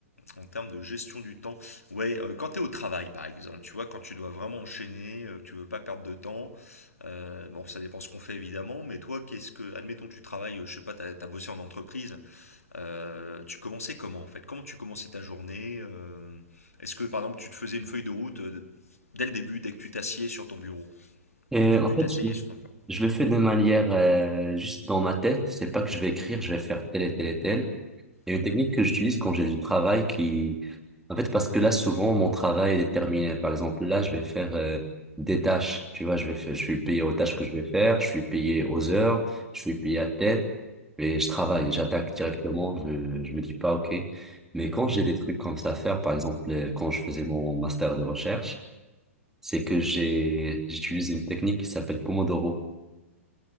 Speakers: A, on the left; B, in the centre.
A: en termes de gestion du temps, ouais, euh, quand tu es au travail par exemple, tu vois, quand tu dois vraiment enchaîner, euh, que tu veux pas perdre de temps, euh, bon, ça dépend ce qu'on fait évidemment, mais toi, qu'est-ce que, admettons, tu travailles, euh, je sais pas, t'as, as bossé en entreprise, euh, tu commençais comment en fait? Comment tu commençais ta journée? euh, est-ce que par exemple, tu te faisais une feuille de route euh, dès le début, dès que tu t'assieds sur ton bureau?
B: Et
A: Dès
B: en
A: que tu
B: fait,
A: t'asseyais
B: je, le
A: sur ton bureau?
B: je le fais de manière euh, juste dans ma tête. C'est pas que je vais écrire, je vais faire tel et tel et tel. Il y a
A: Mhm,
B: une technique que j'utilise quand j'ai du travail qui, en fait, parce que là, souvent, mon travail est déterminé. Par exemple, là, je vais faire euh, des tâches. Tu vois, je vais faire, je suis payé aux tâches que je vais faire, je suis payé aux heures, je suis payé à telle, et je travaille, j'attaque directement. Je, je me dis pas, OK. Mais quand j'ai des trucs comme ça à faire, par exemple, euh, quand je faisais mon master de recherche, c'est que j'ai, j'utilise une technique qui s'appelle Pomodoro.